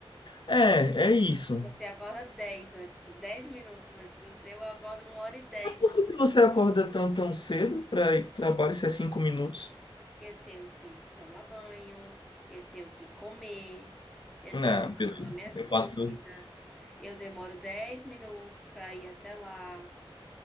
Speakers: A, on the left; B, in the centre.
A: É, é isso.
B: Você acorda 10 antes, 10 minutos antes do seu, eu acordo uma hora e 10
A: Mas por
B: antes.
A: que que você acorda tão, tão cedo para ir pro trabalho se é cinco minutos?
B: eu tenho que tomar banho, eu tenho que comer, eu
A: Não,
B: tenho que
A: beleza.
B: tomar minhas
A: Eu
B: coisas,
A: faço.
B: eu demoro 10 minutos para ir até lá.